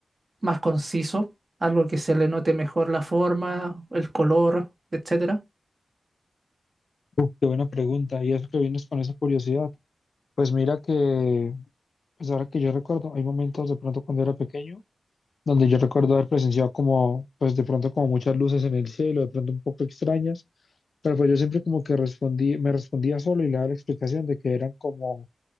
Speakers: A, on the right; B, on the left.
A: más conciso, algo que se le note mejor la forma, el color, etcétera.
B: Uf, qué buena pregunta. Y eso que vienes con esa curiosidad. Pues mira que, pues ahora que yo recuerdo, hay momentos de pronto cuando era pequeño, donde yo recuerdo haber presenciado como, pues de pronto como muchas luces en el cielo, de pronto un poco extrañas, pero pues yo siempre como que respondí, me respondía solo y le daba la explicación de que eran como,